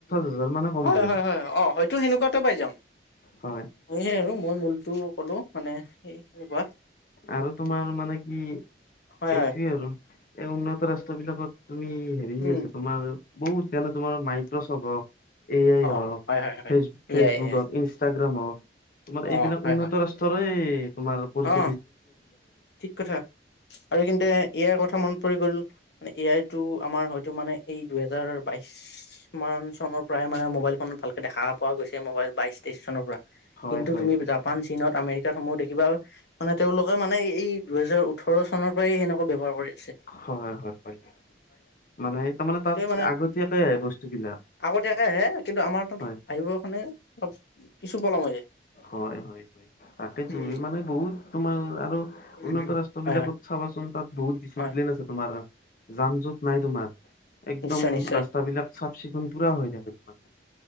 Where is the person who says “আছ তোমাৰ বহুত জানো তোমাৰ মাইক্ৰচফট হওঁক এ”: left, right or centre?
Left